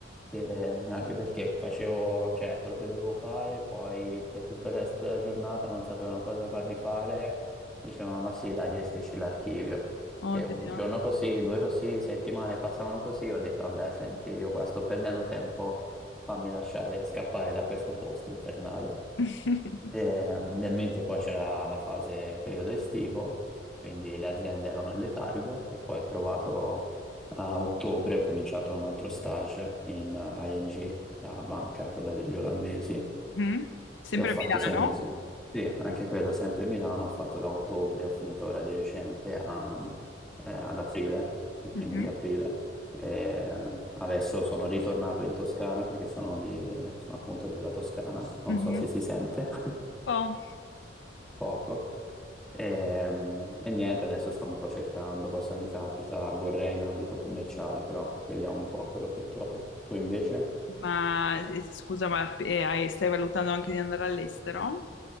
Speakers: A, in the centre; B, on the left.
A: Eh, anche perché facevo, cioè, quello che dovevo fare, poi per tutto il resto della giornata non sapevano cosa farmi fare, dicevano ma sì, dai, gestisci l'archivio. Che
B: Oddio.
A: un giorno così, due così, settimane passavano così, ho detto vabbè, senti, io qua sto perdendo tempo, fammi lasciare scappare da questo posto infernale.
B: <laughs>
A: Eh, nel mentre poi c'era la fase periodo estivo, quindi le aziende erano in letargo e poi ho trovato a ottobre ho cominciato un altro stage in eh, ING, la banca, quella degli olandesi,
B: Mhm. Sempre
A: e ho fatto
B: a Milano?
A: sei mesi. Sì, anche quella sempre a Milano, ho fatto da ottobre, ho finito ora di recente a- eh, ad aprile, i primi
B: Mhm.
A: di aprile. E eh, adesso sono ritornato in Toscana perché sono, di, sono appunto della Toscana, non
B: Mhm.
A: so se si sente
B: Oh.
A: <laughs> poco, Ehm, E, niente, adesso sto un po' cercando cosa mi capita, vorrei in ambito commerciale, però vediamo un po' quello che trovo. Tu invece?
B: Ma eh, scusa, ma eh, hai- stai valutando anche di andare all'estero?